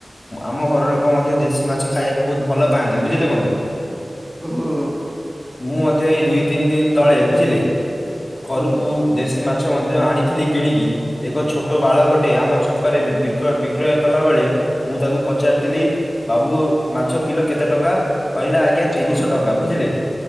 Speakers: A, on the left; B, in the centre.
A: ଆମ ଘର
B: ଆଜ୍ଞା
A: ଲୋକ ମଧ୍ୟ ଦେଶୀ ମାଛ ଖାଇବାକୁ ବହୁତ ଭଲ ପାଆନ୍ତି ବୁଝିଲେ ବନ୍ଧୁ।
B: ହୁଁ।
A: ମୁଁ ମଧ୍ୟ ଏଇ ଦୁଇ ତିନି ଦିନ ତଳେ ବୁଝିଲେ ଘରକୁ
B: ହୁଁ
A: ଦେଶୀ ମା ଛ ମଧ୍ୟ ଆଣିଥିଲି କିଣିକି ଏକ ଛୋଟ ବାଳକଟେ ଆମ ଛ କରେ ବିକ ବିକ୍ରୟ କଲା ବେଳେ ମୁଁ ତାକୁ ପଚାରିଥିଲି।
B: ହୁଁ
A: ବାବୁ ମାଛ କିଲୋ କେତେ ଟଙ୍କା? କହିଲା ଆଜ୍ଞା ତିନିଶହ
B: ହୁଁ ହୁଁ
A: ଟଙ୍କା ବୁଝିଲେ